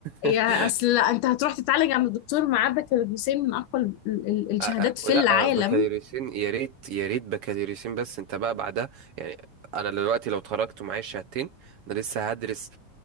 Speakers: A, on the left; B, on the right.
A: يا
B: <laughs>
A: اصل لا انت هتروح تتعالج عند الدكتور معاه بكالوريوسين من اقوى ال- ال- الشهادات
B: آه، آه،
A: في
B: لا
A: العالم
B: آه، بكالوريوسين يا ريت يا ريت بكالوريوسين بس انت بقى بعدها يعني انا دلوقتي لو اتخرجت ومعايا الشهادتين انا لسه هدرس